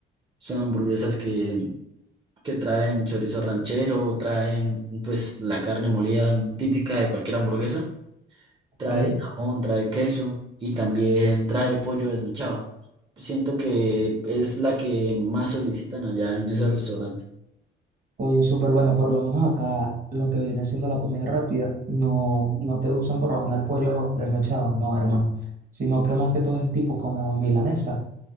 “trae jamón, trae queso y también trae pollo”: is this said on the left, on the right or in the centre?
Right